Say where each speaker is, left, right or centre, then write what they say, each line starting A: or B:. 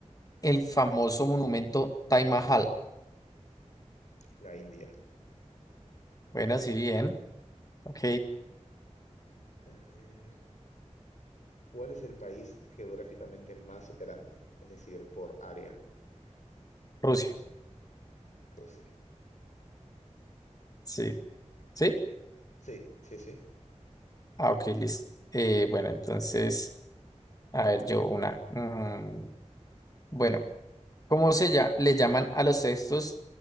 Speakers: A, on the left; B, on the left.
A: el famoso monumento Taj Mahal?
B: la India.
A: Bueno, sí, bien. Ok,
B: A ver, ¿cuál es el país geográficamente más grande? Es decir, por área,
A: Rusia.
B: Rusia.
A: Sí. ¿Sí?
B: Sí, sí, sí.
A: Ah, ok, listo. Eh, bueno, entonces, a ver, yo una. Mm, bueno. ¿Cómo se lla- le llaman a los textos,